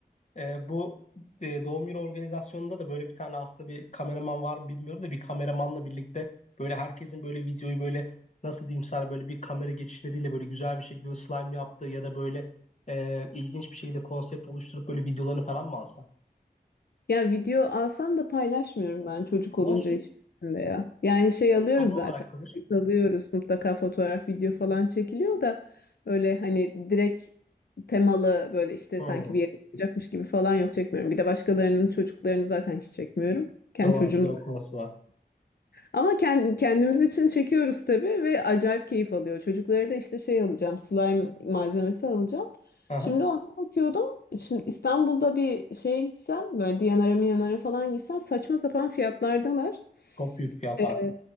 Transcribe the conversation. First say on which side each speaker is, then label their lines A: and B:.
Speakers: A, on the left (about 45°); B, on the left (about 75°).
A: E, bu e, doğum günü organizasyonunda da böyle bir tane aslında bir kameraman var mı bilmiyorum da bir kameramanla birlikte böyle herkesin böyle videoyu böyle nasıl diyeyim sana böyle bir kamera geçişleriyle böyle güzel bir şekilde böyle slime yaptığı ya da böyle e, ilginç bir şekilde konsept oluşturup böyle videolarını falan mı alsa?
B: Ya video alsam da paylaşmıyorum ben çocuk
A: Olsun.
B: olunca işte ya. Yani şey alıyoruz
A: Ana
B: zaten.
A: olarak kalır.
B: Kayıt Alıyoruz mutlaka fotoğraf, video falan çekiliyor da öyle hani direkt temalı böyle işte
A: Hmm,
B: sanki bir yere gidecekmiş gibi falan yok çekmiyorum. Bir de başkalarının çocuklarını zaten hiç çekmiyorum. Kendi
A: doğru
B: çocuğum
A: bir de o konusu var.
B: Ama kend- kendimiz için çekiyoruz tabii ve acayip keyif alıyor. Çocuklara da işte şey alacağım, slime malzemesi alacağım.
A: Aha,
B: Şimdi ona bakıyordum. Şimdi İstanbul'da bir şeye gitsen, böyle Diyanara Miyanara falan gitsen saçma sapan fiyatlardalar.
A: çok büyük fiyat farkı.
B: Ee,